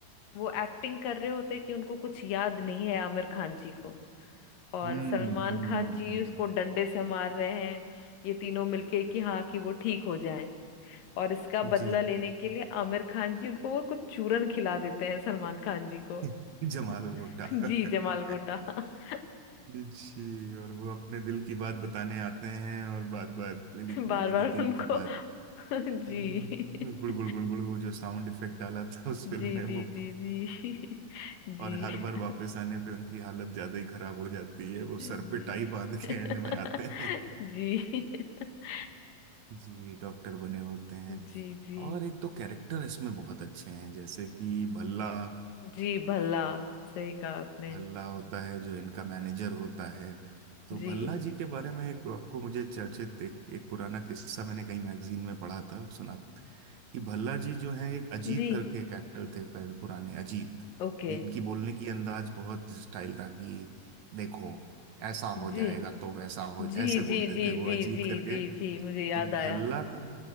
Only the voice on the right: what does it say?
हम्म
हम्म
हम्म,
जी
<laughs> जमाल भुट्टा
<laughs>
जी और वो अपने दिल की बात बताने आते हैं और बात बात मेरी मेरे
दिल
की बात
हम्म,
गुड़ गुड़ गुड़ गुड़ वो जो साउंड इफेक्ट डाला था उस फिल्म
में वो
<laughs>
और हर बार
वापस आने पे उनकी हालत ज्यादा ही खराब हो जाती है वो
सर पे टाई बांध
के एंड में आते हैं
<laughs> जी डॉक्टर बने होते हैं
और एक तो कैरेक्टर इसमें बहुत अच्छे हैं जैसे कि भल्ला
भल्ला होता है जो इनका मैनेजर होता है तो
भल्ला जी के बारे में एक आपको मुझे चर्चित एक, एक पुराना किस्सा मैंने कहीं मैगजीन में पढ़ा था सुना कि भल्ला जी जो है एक अजीत
करके एक एक्टर थे पहले पुराने अजीत
जिनकी बोलने की अंदाज बहुत स्टाइल था कि देखो ऐसा हो
जाएगा तो वैसा हो ऐसे
बोलते
थे वो
अजीत
करके
तो भल्ला
का